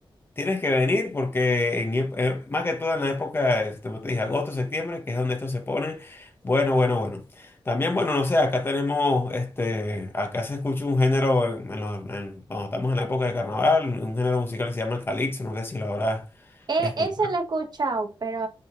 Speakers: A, on the left (about 25°); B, on the right (about 50°).
A: Tienes que venir porque en, ep- eh, más que todo en la época, este, como te dije, agosto, septiembre, que es donde esto se pone bueno, bueno, bueno. También, bueno, no sé, acá tenemos, este, acá se escucha un género, en- en los- en- cuando estamos en la época de carnaval, un género musical que se llama el calipso, no sé si lo habrás
B: E-
A: escuchado.
B: eso lo he escuchado, pero